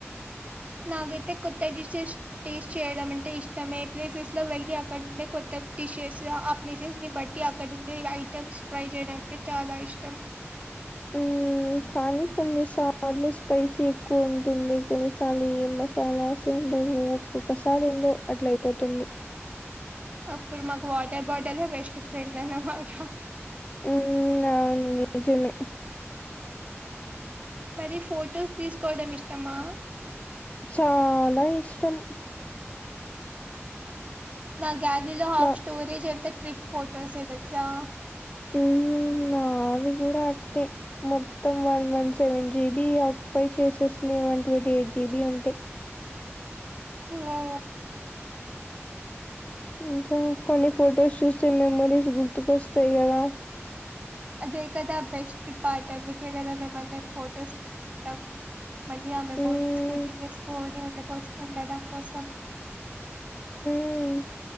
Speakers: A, on the right; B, on the left.
A: నాకైతే కొత్త డిషెస్ టేస్ట్ చేయడం అంటే ఇష్టమే ప్లేసెస్ లో వెళ్ళి అక్కడ ఉండే కొత్త డిషెస్ ఆ ప్లేసెస్ ని బట్టి అక్కడ ఉండే ఐటమ్స్ ట్రై చేయడం అంటే చాలా ఇష్టం.
B: హ్మ్ కానీ కొన్నిసార్లు స్పైసీ ఎక్కువ ఉంటుంది కొన్నిసార్లు ఈ మసాలాస్ ఒక్కొక్కసారి ఏందో అట్ల అయిపోతుంది
A: అప్పుడు మాకు వాటర్ బాటిల్ బెస్ట్ ఫ్రెండ్ అన్నమాట
B: హ్మ్మ్ అవును నిజమే
A: మరి ఫొటోస్ తీసుకోవడం ఇష్టమా
B: చాలా ఇష్టం
A: నా గ్యాలరీలో హాఫ్
B: నా
A: స్టోరేజ్ ఎంత ట్రిక్ ఫోటోసే తెల్సా
B: హ్మ్ నావి కూడా అట్లే మొత్తం one one seven GB occupy చేసేసిన ఏమం అవి ఎయిట్ జీబి ఉంటే
A: మో
B: ఇంకా కొన్ని ఫొటోస్ చూస్తే మెమరీస్ గుర్తుకొస్తాయి కదా
A: అదే కదా బెస్ట్ పార్ట్ అందుకే కదా మేమందరం ఫొటోస్ తీసుకుంటాము మళ్ళీ ఆ మెమోరీస్
B: హ్మ్
A: గుర్తు చేసుకోని ఉండ కోస ఉండడం కోసం
B: హు